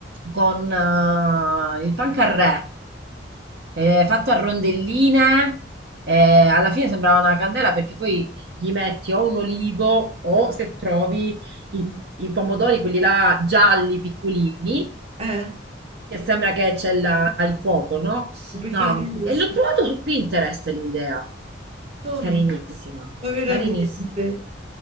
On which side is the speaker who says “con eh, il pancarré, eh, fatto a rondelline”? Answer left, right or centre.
Right